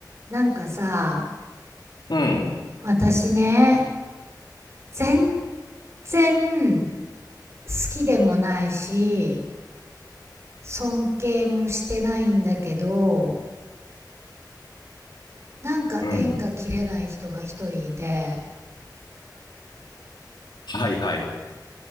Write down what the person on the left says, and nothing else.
うん、
うん、はい。